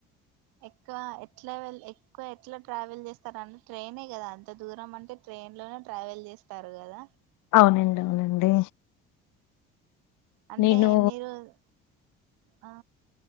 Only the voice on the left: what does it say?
అవునండి అవునండి
నేను,